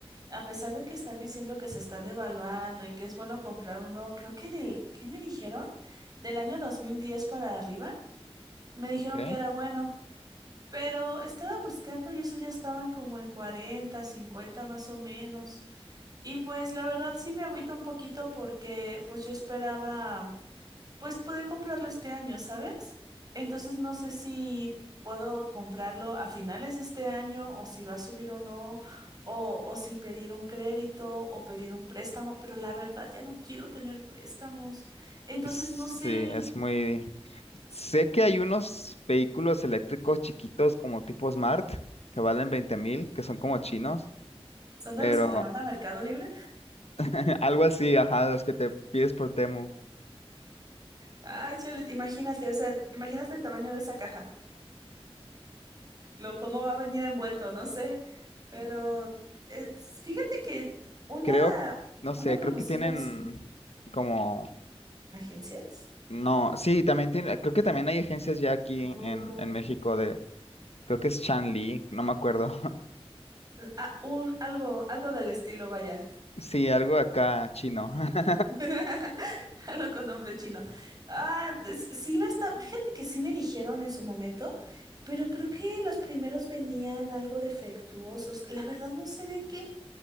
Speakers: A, on the right; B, on the left.
A: a pesar de que están diciendo que se están devaluando y que es bueno comprar uno, creo que del, ¿qué me dijeron? Del año 2010 para arriba, me dijeron
B: Ok.
A: que era bueno, pero estaba buscando y eso ya estaban como en 40, 50 más o menos. Y pues la verdad sí me agüita un poquito porque pues yo esperaba pues pude comprarlo este año, ¿sabes? Entonces no sé si puedo comprarlo a finales de este año o si va a subir o no, o, o si pedir un crédito o pedir un préstamo, pero la verdad ya no quiero tener préstamos. Entonces
B: Sí,
A: no sé,
B: es muy... Sé que hay unos vehículos eléctricos chiquitos como tipo Smart que valen veinte mil, que son como chinos,
A: ¿son de
B: pero
A: los que te manda Mercado Libre?
B: <laughs> algo así, ajá, los que te pides por Temu.
A: Ah, chale, imagínate, o sea, imagínate el tamaño de esa caja, lo cómo va a venir envuelto, no sé, pero es- fíjate que una,
B: Creo, no
A: una
B: sé,
A: conocida
B: creo que tienen
A: sin
B: como,
A: agencias.
B: no, sí, también tiene, creo que también hay agencias ya aquí
A: ¿A poco?
B: en, en México de, creo que es Shanli, no me acuerdo. <laughs>
A: Ah, un, algo, algo del estilo, vaya.
B: Sí, algo acá chino. <laughs>
A: <laughs> Algo con nombre chino. Ah, pues, sí lo está. Fíjate que sí me dijeron en su momento, pero creo que los primeros venían algo defectuosos. La verdad no sé de qué,